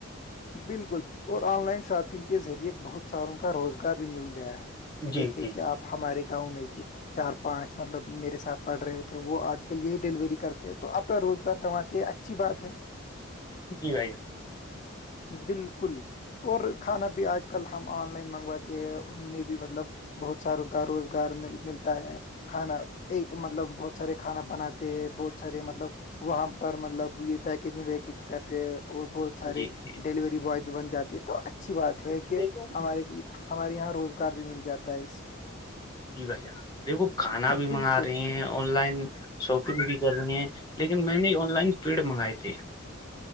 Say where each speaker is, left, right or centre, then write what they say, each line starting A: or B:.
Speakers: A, on the left; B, on the left.
A: بالکل اور آن لائن شاپنگ کے ذریعے بہت ساروں کا روزگار بھی مل گیا ہے
B: جی
A: دیکھیے
B: جی
A: کہ آپ ہمارے گاؤں میں کہ چار پانچ مطلب میرے ساتھ پڑھ رہے تھے وہ آج کے لیے ڈیلیوری کرتے تو اپنا روزگار کماتے اچھی بات ہے
B: جی بھائی ج
A: بالکل اور کھانا بھی آج کل ہم آن لائن منگواتے ہیں ان میں بھی مطلب بہت ساروں کا روزگار ملتا ہے کھانا ایک مطلب بہت سارے کھانا بناتے بہت سارے مطلب وہاں پر مطلب یہ پیکیجنگ ویکیجنگ کرتے اور بہت
B: جان
A: سارے
B: جی جی
A: ڈیلیوری بوائے بھی بن جاتی ہے تو اچھی بات ہے کہ
B: دیکھو
A: ہمارے بھی ہمارے یہاں روزگار بھی مل جاتا ہے اس
B: جی بھیا ارے وہ کھانا بھی
A: بالکل
B: منگا رہے ہیں آن لائن شاپنگ بھی کر رہی ہیں لیکن میں نے آن لائن پیڑ منگائے تھے